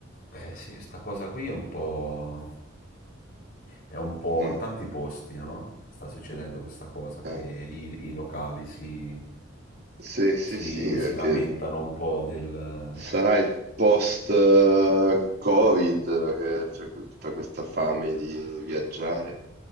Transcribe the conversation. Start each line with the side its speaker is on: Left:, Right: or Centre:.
Left: Eh sì, sta cosa qui è un po'... è un po'
Right: Mm,
Left: in tanti posti, no? Sta succedendo questa cosa che
Right: eh.
Left: i, i locali si,
Right: Sì, sì,
Left: si,
Right: sì, perché
Left: si lamentano un po' del...
Right: sarà il post-Covid che c'è que- tutta questa fame di viaggiare.